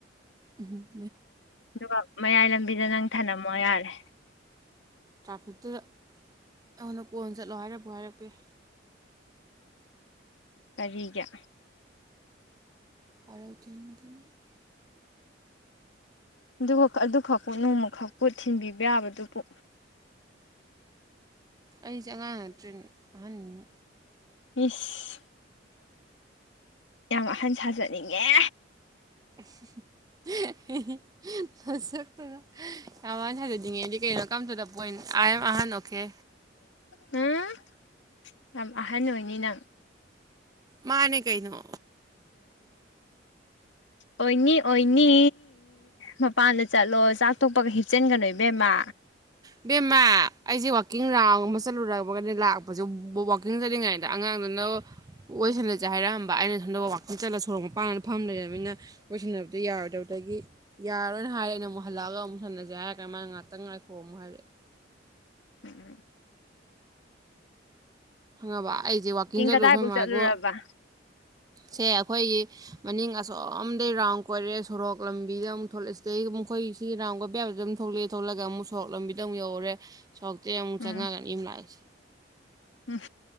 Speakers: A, on the right; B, on the left.
A: ꯎꯝ
B: ꯑꯗꯨꯒ ꯃꯌꯥꯏ ꯂꯝꯕꯤꯗ ꯅꯪ ꯊꯅꯝꯃꯣ ꯌꯥꯔꯦ
A: ꯇ꯭ꯔꯥꯐꯤꯛꯇꯨꯗ ꯑꯩꯉꯣꯟꯗ ꯀꯣꯟ ꯆꯠꯂꯣ ꯍꯥꯏꯔꯛꯄꯨ ꯍꯥꯏꯔꯛꯄ ꯌꯥꯏ
B: ꯀꯔꯤꯒꯤ
A: ꯍꯥꯏꯔꯛ ꯊꯟ ꯒꯟ <unintelligible>
B: ꯑꯗꯨꯒ ꯑꯗꯨꯈꯛꯄꯨ ꯅꯣꯡꯃꯈꯛꯄꯨ ꯊꯤꯟꯕꯤꯕ ꯌꯥꯕꯗꯨꯕꯨ
A: ꯑꯩꯖꯦ ꯑꯉꯥꯡ ꯅꯠꯇ꯭ꯔꯦꯅꯦ ꯑꯍꯟꯅꯤ
B: ꯏꯁ ꯌꯥꯝ ꯑꯍꯟ ꯁꯥꯖꯅꯤꯡꯉꯦ
A: <unintelligible> ꯍꯤ ꯍꯤ ꯃꯁꯛꯇꯨꯒ ꯌꯥꯝ ꯋꯥꯅ ꯁꯥꯖꯅꯤꯡꯉꯦꯗꯤ ꯀꯩꯅꯣ come to the point I am ꯑꯍꯟ ꯑꯣꯀꯦ
B: ꯍꯨꯝ ꯌꯥꯝ ꯑꯍꯟ ꯑꯣꯏꯅꯤ ꯅꯪ
A: ꯃꯥꯅꯦ ꯀꯩꯅꯣ
B: ꯑꯣꯏꯅꯤ ꯑꯣꯏꯅꯤ ꯃꯄꯥꯟꯗ ꯆꯠꯂꯣ ꯆꯥꯛ ꯇꯣꯛꯄꯒ ꯍꯤꯞꯆꯤꯟꯒꯅꯣ ꯏꯕꯦꯝꯃ
A: ꯕꯦꯝꯃ ꯑꯩꯁꯦ ꯋꯥꯛꯀꯤꯡ ꯔꯥꯎꯟ ꯑꯃ ꯆꯠꯂꯨꯔꯕꯒꯅꯦ ꯂꯥꯛꯄꯁꯦ ꯋꯥꯀꯤꯡ ꯆꯠꯂꯤꯉꯩꯗ ꯑꯉꯥꯡꯗꯨ ꯅꯣ ꯋꯥꯏꯁꯥꯅꯖꯦ ꯍꯥꯏꯔꯛꯑꯝꯕ ꯑꯩꯅ ꯁꯣꯝꯗ ꯋꯥꯥꯛꯀꯤꯡ ꯆꯠꯂ ꯁꯣꯔꯣꯛ ꯃꯄꯥꯟꯗ ꯐꯝ ꯂꯩꯔꯕꯅꯤꯅ ꯋꯥꯔꯤꯁꯥꯟꯅꯕꯗꯣ ꯌꯥꯔꯣꯏꯗꯕ ꯑꯗꯒꯤ ꯌꯥꯔꯣꯏꯅ ꯍꯥꯏꯔꯦ ꯑꯩꯅ ꯑꯃꯨꯛ ꯍꯜꯂꯛꯑꯒ ꯑꯃꯨꯛ ꯁꯥꯟꯅꯖꯦ ꯍꯥꯏꯔꯀꯥꯟ ꯃꯥꯅ ꯉꯥꯛꯇꯪ ꯉꯥꯏꯈꯣ ꯑꯃꯨꯛ ꯍꯥꯏꯔꯛꯑꯦ
B: ꯎꯝ
A: ꯍꯪꯉꯕ ꯑꯩꯖꯦ ꯋꯥꯛꯀꯤꯡ ꯆꯠꯂꯨ
B: ꯀꯗꯥꯏꯐꯥꯎ
A: ꯈꯣꯏꯃꯥ
B: ꯆꯠꯂꯨꯔꯕ
A: ꯒꯨ ꯁꯦ ꯑꯩꯈꯣꯏꯒꯤ ꯃꯅꯤꯡ ꯑꯁꯣꯝꯗꯩ ꯔꯥꯎꯟ ꯀꯣꯏꯔꯦ ꯁꯣꯔꯣꯛ ꯂꯝꯕꯤꯗ ꯑꯃꯨꯛ ꯊꯣꯛꯂꯦ ꯗꯩ ꯃꯨꯈꯣꯏ ꯁꯤꯒꯤ ꯔꯥꯎꯟ ꯀꯣꯏꯕꯌꯥꯕꯖꯦ ꯗꯨꯝ ꯊꯣꯛꯂꯛꯑꯦ ꯊꯣꯛꯂꯒ ꯑꯃꯨꯛ ꯁꯣꯔꯣꯛ ꯂꯝꯕꯤꯗ ꯑꯃꯨꯛ ꯌꯧꯔꯦ ꯁꯣꯛꯇꯦ ꯑꯃꯨꯛ
B: ꯎꯝ
A: ꯆꯪꯉꯛꯑꯒ ꯌꯨꯝ ꯂꯥꯛꯏꯁꯦ
B: ꯎꯝ